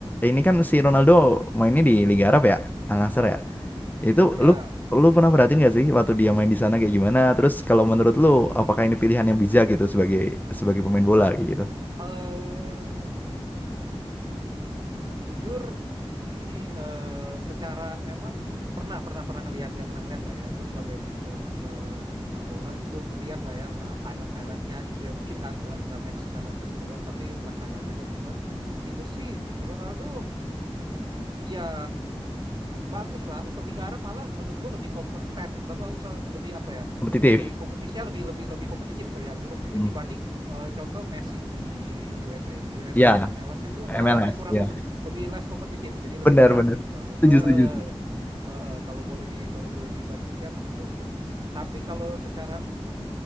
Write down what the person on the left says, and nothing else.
ini kan si Ronaldo mainnya di Liga Arab ya Al Nassr ya Itu
lu lu pernah perhatiin gak sih waktu dia main di sana kayak gimana? Terus kalau menurut lu apakah ini pilihan yang bijak gitu sebagai sebagai pemain bola kayak gitu?
Kompetitif.
Hmm.
Ya,
MLS
ya.
Benar
benar.
Setuju
setuju.